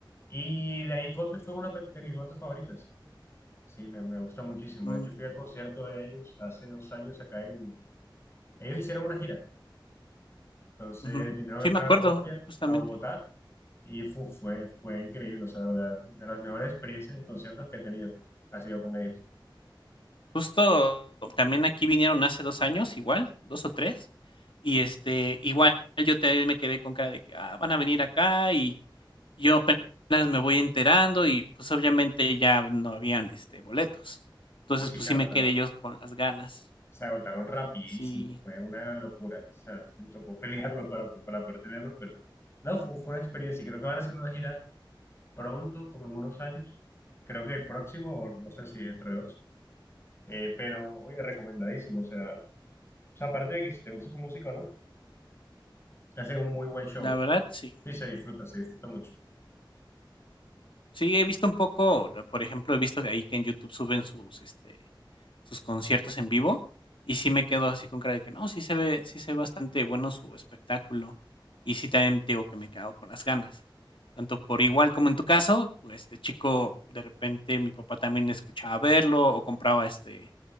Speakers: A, on the left; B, on the left.
A: Y de ahí Coldplay fue una de mis bandas favoritas. Sí, me, me gusta muchísimo.
B: Mm.
A: De hecho, fui al concierto de ellos hace dos años acá en... Ellos hicieron una gira. Entonces
B: Ujú.
A: vinieron
B: Sí,
A: acá
B: me acuerdo,
A: a Colombia,
B: justamente.
A: a Bogotá, y fu- fue, fue increíble. O sea, de verdad, de las mejores experiencias y conciertos que he tenido ha sido con ellos.
B: Justo también aquí vinieron hace 2 años, igual, dos o tres y, este, igual yo también me quedé con cara de que, ah, van a venir acá y yo apenas me voy enterando y, pues, obviamente ya no habían, este, boletos. Entonces,
A: Pues sí,
B: pues,
A: se
B: sí
A: agotaron,
B: me quedé yo con las ganas.
A: se agotaron rapidísimo.
B: Sí,
A: Fue una locura. O sea, me tocó pelearlos para, para poder tenerlos, pero no, fue, fue una experiencia. Y creo que van a hacer una gira pronto, como en unos años. Creo que el próximo, o no sé si dentro de dos. Eh, pero, oye, recomendadísimo. O sea, O sea, aparte de que si te gusta su música o no, hacen un muy buen show.
B: la verdad, sí.
A: Sí, se disfruta, se disfruta mucho.
B: Sí, he visto un poco, ¿no? por ejemplo, he visto que ahí que en YouTube suben sus, este, sus conciertos en vivo y sí me quedo así con cara de que no, sí se ve, sí se ve bastante bueno su espectáculo y sí también te digo que me quedo con las ganas. Tanto por igual como en tu caso, pues este chico, de repente mi papá también escuchaba verlo o compraba este